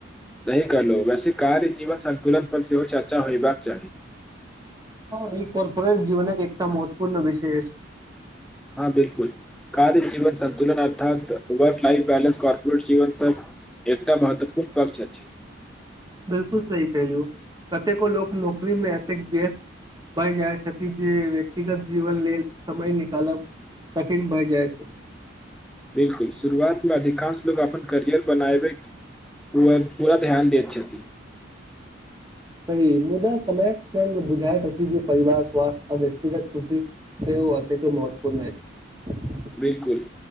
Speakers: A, in the centre; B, on the right.
A: सही कहलहुं, वैसे कार्य, जीवन संन्तुलन पर सेहो चर्चा होयबाक चाही।
B: आ इ कारर्पोरट जीवनक एकटा महत्वपूर्ण विषय अछि।
A: हां, बिलकुल, कार्य जीवन सन्तुलन अर्थात वर्क लाइफ बैलेंस कॉर्पोरेट जीवन सब एकटा महत्वपूर्ण पक्ष अछि।
B: बिलकुल सही कहलहुं, कतेको लोक नौकरी मे एतेक व्यस्त भए जाइत छथि जे व्यक्तिगत जीवन लेल समय निकालब कठिन भए जायत।
A: बिलकुल, शुरुआत मे अधिकांश लोग अपन करियर बनाबैक लेल पूरा ध्यान दैत छथि।
B: सही, मुदा समय संग बुझाइत अछि जे परिवार, स्वास्थ्य आ व्यक्तगत खुशी सेहो अतेको महत्वपूर्ण अछि।
A: बिलकुल,